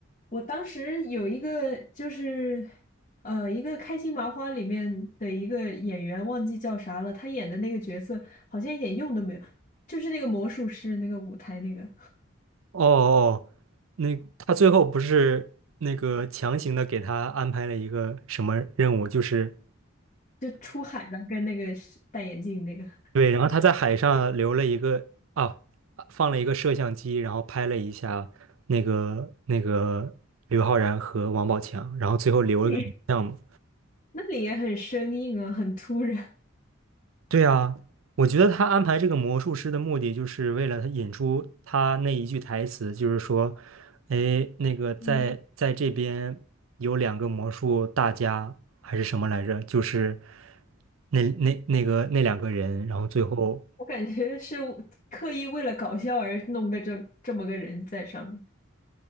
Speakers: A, on the left; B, on the right.
A: 我当时有一个就是，呃，一个开心麻花里面的一个演员忘记叫啥了，他演的那个角色好像一点用都没有，就是那个魔术师那个舞台那个，
B: 哦哦，那他最后不是那个强行的给他安排了一个什么任务？就是
A: 就出海了跟那个是戴眼镜那个，
B: 对，然后他在海上留了一个啊，放了一个摄像机，然后拍了一下那个那个刘昊然和王宝强，然后最后留了个影像嘛。
A: 那里那里也很生硬啊，很突然，
B: 对啊，我觉得他安排这个魔术师的目的，就是为了他引出他那一句台词，就是说，哎，那个在在这边有两个魔术大家还是什么来着？
A: 嗯，
B: 就是那那那个那两个人，然后最后
A: 我感觉是我刻意为了搞笑而弄个这这么个人在上面，